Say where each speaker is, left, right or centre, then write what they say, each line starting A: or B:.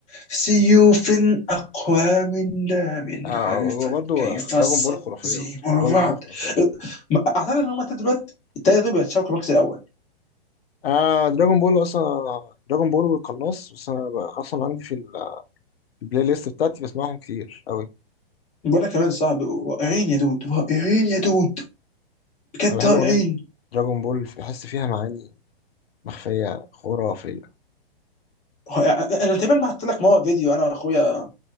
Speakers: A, on the left; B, on the left.
A: سيوف أقوى من داب
B: آه
A: عرفت
B: وبرضه
A: كيف
B: دراجون
A: الصد
B: بول خرافية
A: هزيم
B: برضه
A: الرعد
B: دراجون بول خرافية
A: ما- أعتقد إن هما التلاتة دلوقتي التلاتة دول بيتشاركوا المركز الأول
B: آه دراجون بول اصلا دراجون بول والقناص بس انا بقى- اصلا عندي في ال- في البلاي ليست بتاعتي بسمعهم كتير قوي
A: وأنا كمان صعب رائعين يا دود رائعين يا دود بجد
B: انا بحب
A: رائعين
B: اغنية دراجون بول بحس فيها معاني مخفية خرافية
A: رائع- أنا تقريبا بعت لك مرة فيديو أنا وأخويا